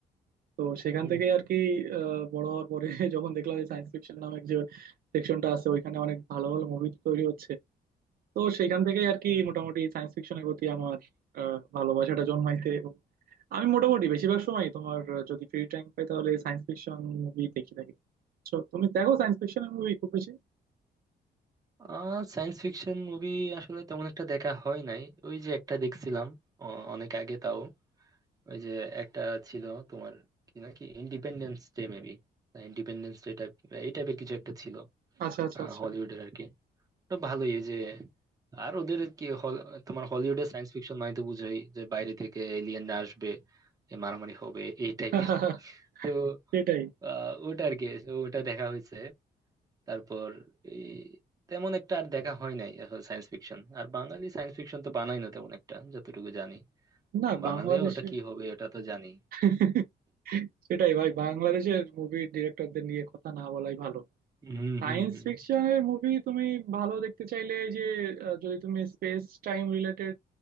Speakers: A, on the right; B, on the right.
A: তো সেখান
B: হুম
A: থেকে
B: হুম
A: আর কি আহ, বড় হওয়ার পরে <laughs> যখন দেখলাম যে সায়েন্স ফিকশন নামের যে সেকশনটা আছে ওইখানে অনেক ভালো ভালো মুভি তৈরি হচ্ছে তো সেখান থেকেই আর কি
B: হুম
A: মোটামুটি
B: হুম।
A: সায়েন্স ফিকশনের প্রতি আমার আহ, ভালোবাসাটা জন্মাইছে এবং আমি মোটামুটি বেশিরভাগ সময় তোমার আহ, যদি ফ্রি টাইম পাই তাহলে সায়েন্স ফিকশন মুভি দেখি থাকি So, তুমি দেখো সায়েন্স ফিকশনের মুভি খুব বেশি
B: আহ সায়েন্স ফিকশন মুভি আসলে তেমন একটা দেখা হয় নাই ওই যে একটা দেখছিলাম অ- অনেক আগে তাও ওই যে একটা ছিল তোমার কি নাকি independence day maybe independence day type এই টাইপের কিছু একটা ছিল
A: আচ্ছা আচ্ছা
B: আহ,
A: আচ্ছা
B: হলিউডের আর কি তো ভালোই এই যে আর ওদের কি হল- তোমার হলিউডে সায়েন্স ফিকশন মানে তো বুঝোই যে বাইরে থেকে এলিয়েনরা আসবে এ মারামারি হবে এই টাইপের
A: <laughs>
B: তো
A: সেটাই
B: আহ, ওটা আর কি তো ওটা দেখা হয়েছে তারপর এই তেমন একটা আর দেখা হয় নাই সায়েন্স ফিকশন আর বাঙালি সায়েন্স ফিকশন তো বানাই না তেমন একটা যতটুকু জানি
A: না
B: আহ, বানালেও
A: বাংলাদেশে
B: ওটা কি হবে ওটা তো জানি
A: <laughs> সেটাই ভাই বাংলাদেশের মুভির ডিরেক্টরদের নিয়ে কথা না বলাই ভালো
B: হুম
A: সায়েন্স
B: হুম হুম
A: ফিকশনের মুভি তুমি ভালো দেখতে চাইলে এই যে আহ, যদি তুমি স্পেস টাইম রিলেটেড